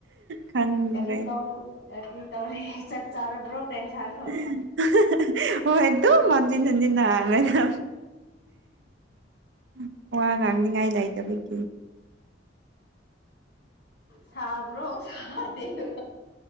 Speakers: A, on the right; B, on the left.
A: ꯈꯪꯗ꯭ꯔꯦ
B: ꯀꯔꯤ ꯇꯧ ꯀꯔꯤ ꯇꯧꯔꯦ ꯆꯛ ꯆꯥꯔꯕ꯭ꯔꯣ ꯀꯩꯟꯁꯥꯡ
A: <unintelligible> ꯍꯣꯏ ꯗꯨꯝ ꯍꯟꯖꯤꯟ ꯍꯟꯖꯤꯟ ꯅ ꯍꯥꯢꯔꯒ <unintelligible> ꯋꯥ ꯉꯥꯡꯅꯤꯡꯉꯥꯏ ꯂꯩꯥꯏꯇꯕꯒꯤ
B: ꯁꯥꯕ꯭ꯔꯣ ꯁꯥꯗꯦ <unintelligible>